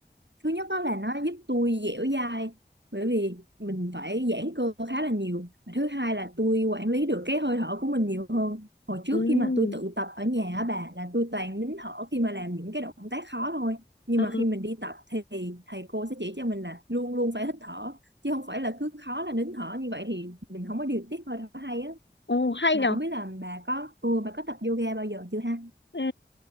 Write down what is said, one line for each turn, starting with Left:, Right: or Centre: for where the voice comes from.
Right: thứ nhất đó là nó giúp tôi dẻo dai bởi vì mình phải giãn cơ khá là nhiều Và thứ hai là tôi quản lý được cái hơi thở của mình nhiều hơn hồi trước
Left: ừ,
Right: khi mà tôi tự tập ở nhà á bà là tôi toàn nín thở khi mà làm những cái động tác khó thôi nhưng
Left: ờ,
Right: mà khi mình đi tập thì thầy cô sẽ chỉ cho mình là luôn luôn phải hít thở chứ không phải là cứ khó là nín thở như vậy thì mình không có điều tiết hơi thở hay á
Left: ồ, hay
Right: mà
Left: nhở?
Right: không biết là bà có ừ, bà có tập yoga bao giờ chưa ha
Left: Ừ,